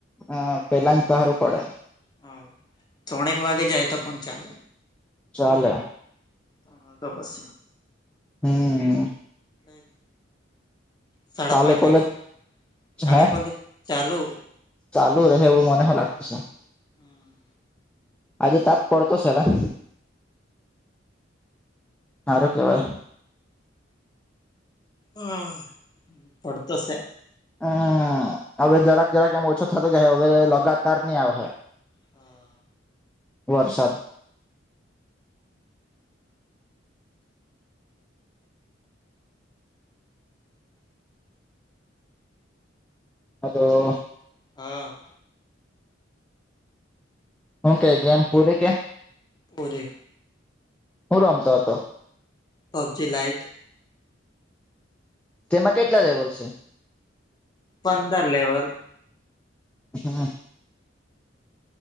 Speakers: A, in the centre; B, on the left (about 20°).
A: હા પેલા ને હારુ પડે.
B: હમ્મ ત્રનેક વાગે જાય તો પણ ચાલે.
A: ચાલે.
B: મે તો બસ.
A: હમ્મ.
B: એ સાડા
A: કાલે
B: પાંચ
A: કોલેજ
B: વાગ્યા કાલે
A: હે
B: કોલેજ ચાલુ.
A: ચાલુ રહે એવું મને હો લાગતું છે.
B: હમ્મ.
A: આજે તાપ પડતો છે અલા હારુ કેવાય.
B: હા પડતો સે.
A: હમ્મ હવે જરાક-જરાક એમ ઓછો થતો જાય હવે લગાતાર નહી આવે.
B: હમ્મ.
A: વરસાદ. હતો.
B: હા.
A: હું કે ગેમ પૂરી કે.
B: પુરી.
A: હું રમતો હતો.
B: PUBG lite.
A: તેમાં કેટલા લેવલ છે.
B: પંદર લેવલ.
A: હમ્મ.